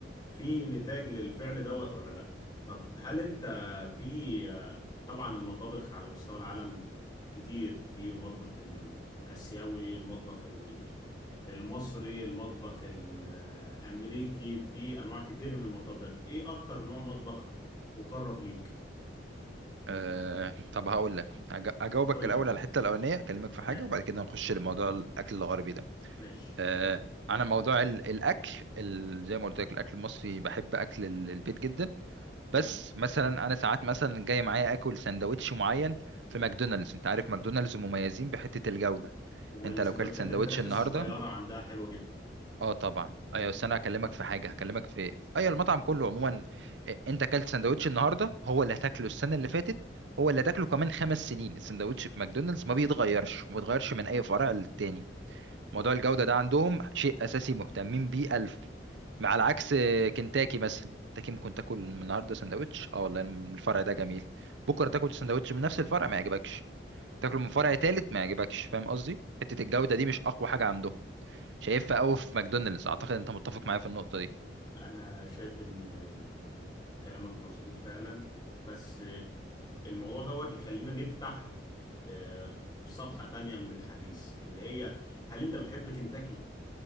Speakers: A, on the left; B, on the right.
A: في نتاج للفعل دوت ولا لا طب هل انت في طبعا المطابخ على مستوى العالم كتير في المطبخ الاسيوي المطبخ ال- المصري المطبخ الامريكي في انواع كتير من المطابخ ايه اكتر نوع مطبخ مقرب ليك
B: أه طب هقول لك أج- اجاوبك
A: قول
B: الاول
A: لي
B: على الحته الاولانيه اكلمك في
A: تمام
B: حاجه وبعد كده نخش لموضوع الاكل الغربي ده
A: ماشي
B: أه انا موضوع ال- الاكل ال- زي ما قلت لك الاكل المصري بحب اكل ال- البيت جدا
A: تمام
B: بس مثلا انا ساعات مثلا جاي معايا اكل سندوتش معين في ماكدونالدز انت عارف ماكدونالدز مميزين بحته الجوده
A: والسندوتشات
B: انت لو كلت سندوتش
A: الفراخ
B: النهارده
A: الصغيرة عندها حلوة جدا
B: اه طبعا ايوه بس انا هكلمك في حاجه هكلمك في ايوه المطعم كله عموما إيه، انت اكلت سندوتش النهارده هو اللي هتاكله السنه اللي فاتت هو اللي هتاكله كمان خمس سنين السندوتش في ماكدونالدز ما بيتغيرش ما بيتغيرش من اي فرع للتاني موضوع الجوده ده عندهم شيء اساسي مهتمين بيه الف مع العكس آه، كنتاكي مثلا كنتاكي ممكن تاكل النهارده سندوتش اه والله الفرع ده جميل بكره تاكل سندوتش من نفس الفرع ما يعجبكش تاكله من فرع تالت ما يعجبكش فاهم قصدي حته الجوده دي مش اقوى حاجه عندهم شايفها قوي في ماكدونالدز اعتقد انت متفق معايا في النقطه دي
A: انا شايف ان كلامك مظبوط فعلا بس الموضوع دوت يخلينا نفتح آه، صفحة تانية من الحديث اللي هي هل انت بتحب كنتاكي